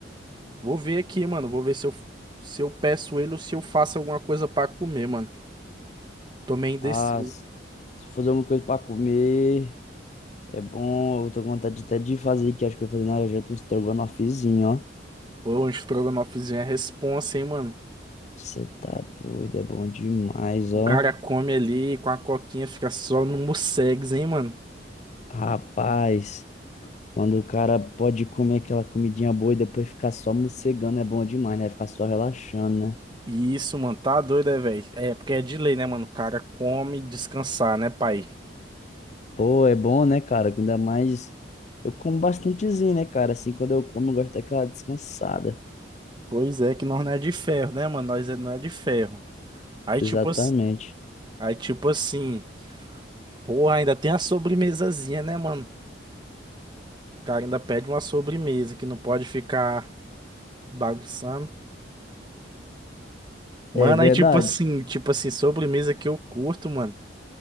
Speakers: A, on the right; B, on the left.
A: Vou ver aqui, mano. Vou ver se eu, se eu peço ele ou se eu faço alguma coisa pra comer, mano. Tô meio indeciso.
B: ah, se eu fazer alguma coisa pra comer, é bom, eu tô com vontade até de fazer, que acho que eu vou fazer na janta um estrogonofezinho, ó.
A: Pô, um estrogonofezinho é responsa, hein, mano.
B: Você tá doido, é bom demais,
A: O
B: ó.
A: cara come ali com a coquinha, fica só no mussegs, hein, mano.
B: Rapaz, Quando o cara pode comer aquela comidinha boa e depois ficar só mocegando é bom demais, né? Ficar só relaxando, né?
A: Isso, mano, tá doido, é, velho? É, porque é de lei, né, mano? O cara come descansar, né, pai?
B: Pô, é bom, né, cara? Ainda mais eu como bastantezinho, né, cara? Assim, quando eu como, eu gosto daquela descansada.
A: Pois é, que nós não é de ferro, né, mano? Nós é- não é de ferro. Aí, tipo,
B: Exatamente.
A: ass- aí, tipo assim, porra, ainda tem a sobremesazinha, né, mano? O cara ainda pede uma sobremesa que não pode ficar bagunçando. Mano,
B: É verdade.
A: aí tipo assim, tipo assim, sobremesa que eu curto, mano.